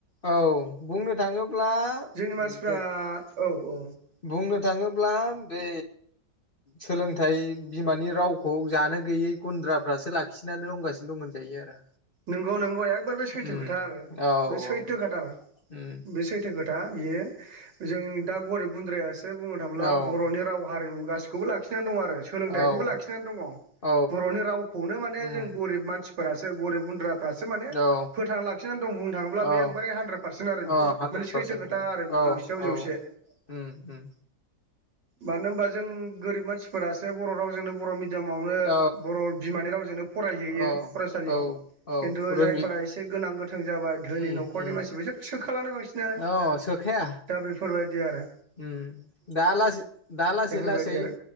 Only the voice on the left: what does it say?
औ बुंनो थाङोब्ला
जेन बुं
बुंनो थाङोब्ला बे सोलोंथाइ बिमानि रावखौ जानो गैयै गुन्द्राफ्रासो लाखिनानै रोंगासिनो दं होनजायो आरो
उम
औ
औ
उम
औ औ
औ
औ
उम
औ
औ
औ
हानद्रेद
पारसेन्ट
औ
औ
उम उम
औ
औ
औ औ
रोङि
उम
उम
अ सोखाया
उम दा लासै दा लासै
लासेै